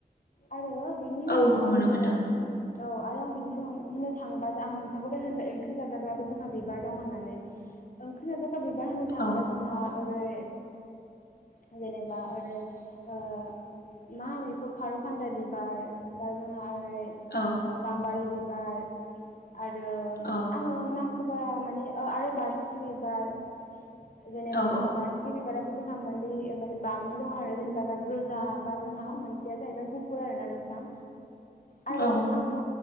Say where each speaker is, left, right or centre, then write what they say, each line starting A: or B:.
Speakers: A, on the left; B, on the left.
A: आरो बिनि उनाव
B: औ नुनो
A: ओ
B: मोनदों
A: औ आरो आं बिनि उनाव होननो थाङोबा आं नोंथांखौ होनबाय ओंख्रि जाजाग्राबो जोंहा बिबार दं होननानै। ओंख्रि जाजाग्रा बिबार होनो थांओबा
B: औ
A: जोंहा ओरै <unintelligible> जेनेबा ओरै ओ मा होनो बेखौ खारौ खान्दा बिबार बा जोंहा आरै ओ
B: औ
A: गामबारि बिबार <unintelligible> आरो
B: औ
A: आङो नाम खौ बारा माने आरो बार्सिखि बिबार जेनेबा
B: औ
A: जोंहा बारसिखि बिबाराबो जोंहा मोननै बागनि दङ आरो जेनेबा जों गोजा बा जोंहा मोनसेया जाहैबाय गुफुर आरोना नोंथां। आरो
B: औ
A: आङो